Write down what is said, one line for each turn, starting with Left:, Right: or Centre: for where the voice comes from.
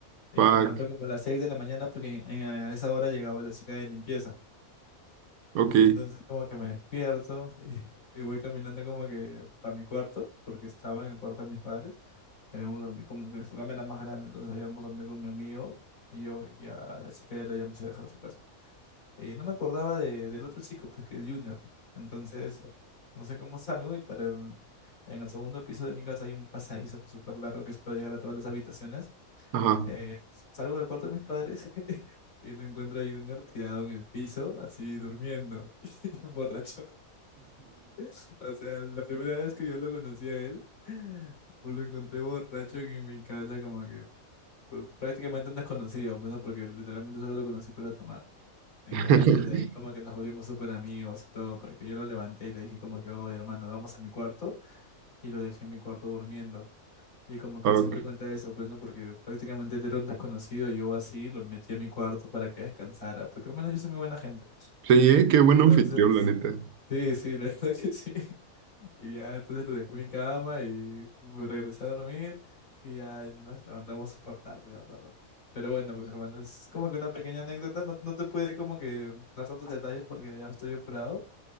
Left: Y
Right: Fuck.
Left: me levantó como a las 6 de la mañana porque en- en- a esa hora llegaba la chica de limpieza.
Right: Ok.
Left: Entonces como que me despierto <laughs> y, y voy caminando como que a mi cuarto, porque estaba en el cuarto de mis padres. y habíamos dormido como que su cama era más grande, entonces habíamos dormido con mi amigo y yo y a la chica ya la habíamos ido a dejar a su casa. Y no me acordaba de, del otro chico, pues que es Junior. Entonces, no sé cómo salgo y para... mm, En el segundo piso de mi casa hay un pasadizo súper largo que es para llegar a todas las habitaciones.
Right: Ajá.
Left: Eh, salgo del cuarto de mis padres <laughs> y lo encuentro a Junior tirado en el piso, así durmiendo, <laughs> borracho. <laughs> O sea, la primera vez que yo lo conocí a él, <gasps> pues lo encontré borracho en mi casa, como que pues, prácticamente un desconocido, pues, ¿no? porque literalmente solo lo conocí para tomar. Y
Right: <laughs>
Left: ya, y desde ahí como que nos volvimos súper amigos y todo, porque yo lo levanté y le dije como que, oye, hermano, vamos a mi cuarto, y lo dejé en mi cuarto durmiendo. Y como que
Right: Fuck.
Left: él siempre cuenta eso, pues, ¿no? Porque prácticamente él era un desconocido, y yo así lo metí a mi cuarto para que descansara, porque al menos yo soy muy buena gente.
Right: Sí, ¿eh? Qué buen
Left: Entonces,
Right: anfitrión, la neta.
Left: sí, sí, la <laughs> verdad que sí. Y ya, entonces lo dejé en mi cama y me regresé a dormir y ya nos levantamos súper tarde, me acuerdo. Pero bueno, pues hermano, es como que una pequeña anécdota, no, no te puede como que dar tantos detalles porque ya estoy apurado.